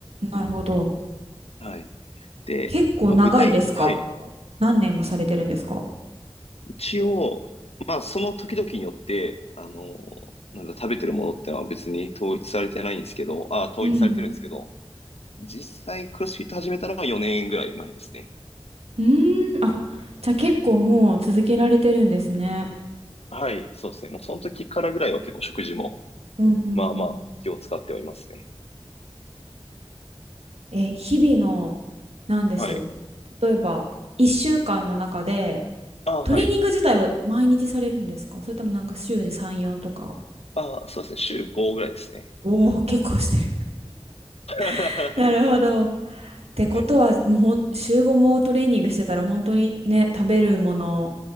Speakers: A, on the right (about 85°); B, on the left (about 85°).
A: なるほど。
B: はい。で、
A: 結構長いですかもう何年もされてるんですか
B: まあ、具体、はい。一応、まあ、その時々によって、あの、なんだ、食べてるものってのは別に統一されてないんですけど、あ、統一されてるんですけど、
A: うん。
B: 実際クロスフィット始めたのは4年ぐらい前ですね。
A: うーん。あ、じゃあ結構もう続けられてるんですね。
B: はい、そうですね。もうその時からぐらいは結構食事も
A: うん、うん、
B: まあまあ気を使ってはいますね。
A: うん。え、日々の、なんでしょ
B: はい。
A: う。例えば、1週間の中で、
B: ああ、
A: トレーニング自体は毎日されるんですかそれともなんか週に3、
B: はい。
A: 4とか。
B: ああ、そうですね。週5ぐらいですね。
A: おおー、結構してる。
B: <laughs> は
A: <laughs> なるほど。ってことは、
B: い。
A: もうほん、週5もトレーニングしてたら本当にね、食べるものを